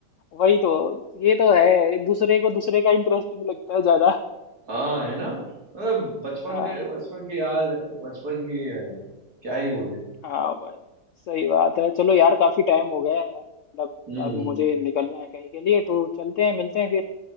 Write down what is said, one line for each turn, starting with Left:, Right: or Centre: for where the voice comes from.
Left: वही तो ये तो है दूसरे को दूसरे का इंटरेस्टिंग लगता है ज्यादा
Right: हाँ है ना मतलब बचपन
Left: हाँ
Right: के बचपन की याद बचपन की अ, क्या ही बोले
Left: हाँ भाई सही बात है चलो यार काफी टाइम हो गया है मतलब
Right: हम्म
Left: अब मुझे निकलना है कहीं के लिए तो चलते हैं मिलते हैं फिर